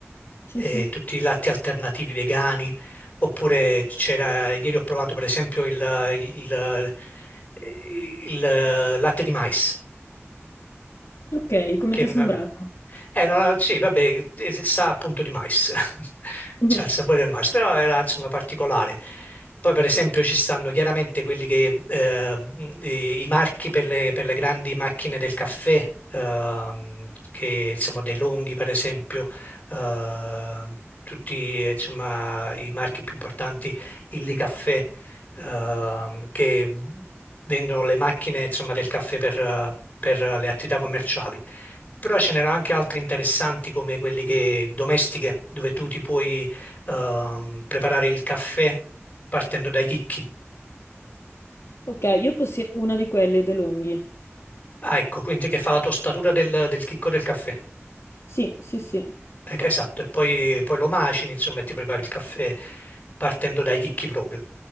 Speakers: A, on the left; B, on the left.
A: Sì,
B: e
A: sì.
B: tutti i latti alternativi vegani, oppure c'era, ieri ho provato per esempio il, il- il- il latte di mais,
A: Ok, come
B: che
A: ti
B: non-
A: è sembrato?
B: eh, no, no, sì, vabbè, eh, sa appunto di mais, <laughs>
A: <laughs>
B: c'ha il sapore del mais, però era insomma particolare. Poi per esempio ci stanno chiaramente quelli che, eh, i, i marchi per le, per le grandi macchine del caffè, ehm, che insomma De Longhi per esempio, eh, tutti eh, insomma i marchi più importanti, Illy Caffè, ehm, che vendono le macchine insomma del caffè per eh, per le attività commerciali. Però ce n'erano anche altri interessanti come quelli che, domestiche, dove tu ti puoi ehm, preparare il caffè partendo dai chicchi.
A: Ok, io possiedo una di quelle, DeLonghi.
B: Ah, ecco, quindi che fa la tostatura del, del chicco del caffè.
A: Sì, sì, sì,
B: Eh, che- Esatto, e poi, poi lo macini, insomma, e ti prepari il caffè partendo dai chicchi proprio.